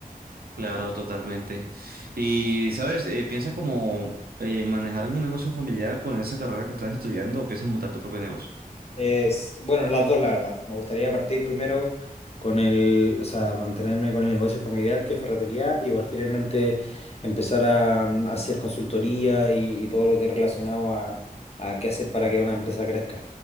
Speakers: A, on the right (about 80°); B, on the left (about 40°).
A: Claro, totalmente. Y, ¿sabes? Eh, ¿piensas como eh, manejar algún negocio familiar con esa carrera que estás estudiando o piensas montar tu propio negocio?
B: Es, bueno, las dos, la verdad. Me gustaría partir primero con el, o sea, mantenerme con el negocio familiar que es ferretería y posteriormente empezar a, mm, hacer consultoría y, y todo lo que es relacionado a, a qué hacer para que una empresa crezca.